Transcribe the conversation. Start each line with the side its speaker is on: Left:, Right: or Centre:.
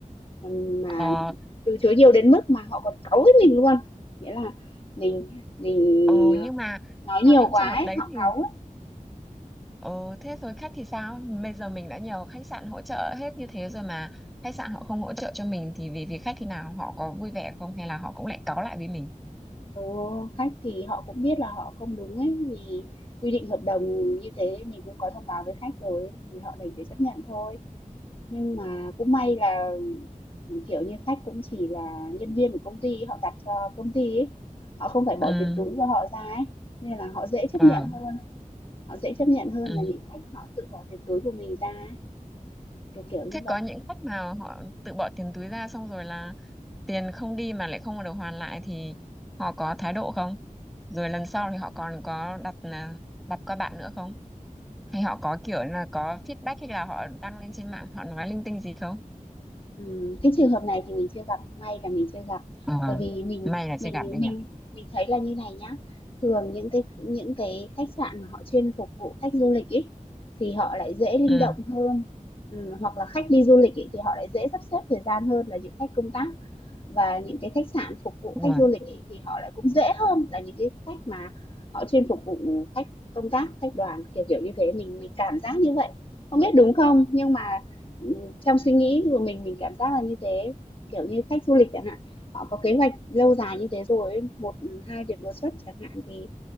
Left: Mà mà
Centre: ờ,
Left: từ chối nhiều đến mức mà họ còn cáu với mình luôn. Nghĩa là mình mình
Centre: ừ nhưng
Left: ờ,
Centre: mà
Left: nói
Centre: trong
Left: nhiều
Centre: những
Left: quá
Centre: trường hợp
Left: ấy,
Centre: đấy
Left: họ
Centre: thì
Left: cáu
Centre: ừ thế rồi khách thì sao bây giờ mình đã nhờ khách sạn hỗ trợ hết như thế rồi mà khách sạn họ không hỗ trợ cho mình thì về phía khách thì nào họ có vui vẻ không hay là họ cũng lại cáu lại với mình
Left: Ừ, khách thì họ cũng biết là họ không đúng ấy vì quy định hợp đồng như thế mình cũng có thông báo với khách rồi ấy, thì họ đành phải chấp nhận thôi nhưng mà cũng may là ừ, kiểu như khách cũng chỉ là nhân viên của công ty họ đặt cho công ty ấy họ không phải bỏ
Centre: ừ
Left: tiền túi của họ ra ấy nên là họ dễ chấp
Centre: ờ
Left: nhận hơn họ dễ chấp nhận hơn
Centre: ừ.
Left: là những khách họ tự bỏ tiền túi của mình ra ấy, kiểu kiểu như
Centre: thế
Left: vậy
Centre: có những khách mà họ tự bỏ tiền túi ra xong rồi là tiền không đi mà lại không được hoàn lại thì họ có thái độ không rồi lần sau thì họ còn có đặt à, đặt qua bạn nữa không hay họ có kiểu là có feedback hay là họ đăng lên trên mạng họ nói linh tinh gì không
Left: Ừm, cái trường hợp này thì mình chưa gặp, may là mình chưa gặp.
Centre: ờ
Left: Bởi vì mình
Centre: may là chưa
Left: mình
Centre: gặp đấy nhỉ
Left: mình mình thấy là như này nhá, thường những cái những cái khách sạn mà họ chuyên phục vụ khách du lịch ấy, thì họ lại dễ linh
Centre: ừ
Left: động hơn. Ừm, hoặc là khách đi du lịch ấy, thì họ lại dễ sắp xếp thời gian hơn là những khách công tác và những cái khách sạn phục vụ
Centre: ừ
Left: khách du lịch ấy, thì họ lại cũng dễ hơn là những cái khách mà họ chuyên phục vụ khách công tác khách đoàn kiểu kiểu như thế mình mình cảm giác như vậy không biết đúng không nhưng mà ừ, trong suy nghĩ của mình mình cảm giác là như thế kiểu như khách du lịch chẳng hạn họ có kế hoạch lâu dài như thế rồi một ừ, hai việc đột xuất chẳng hạn thì